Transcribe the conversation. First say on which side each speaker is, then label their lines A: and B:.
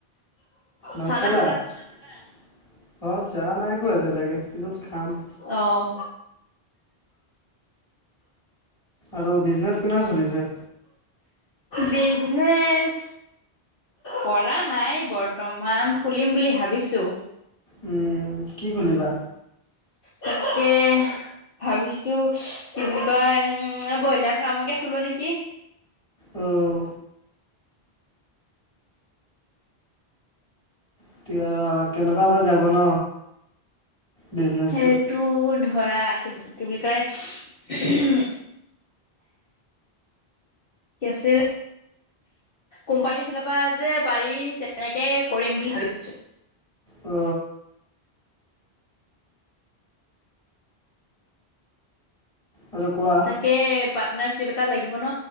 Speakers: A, on the left; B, on the left.
A: ভাত
B: চাহ
A: খালা
B: তাহ
A: চাহ নাইখোৱা এতিয়ালৈকে পিছত খাম।
B: অহ।
A: আৰু বিজনেছ কেনে চলিছে?
B: বিজনেছ কৰা নাই বৰ্তমান। খুলিম বুলি ভাবিছোঁ।
A: উম কি খুলিবা?
B: তাকে ভাবিছো কি বুলি কয় উম ব্ৰইলাৰ ফাৰ্মকে খোলো নেকি।
A: উম। এতিয়া কেনেকা বা যাব ন। বিজনেছটো
B: সেইটো ধৰা কি বুলি কয় কি আছিল কোম্পানীৰ ফালৰ পৰা যে পাৰি তেনেকে কৰিম বুলি ভাবিছো।
A: অ। আৰু কোৱা
B: তাকে পাত নাৰ চিপ এটা লাগিব ন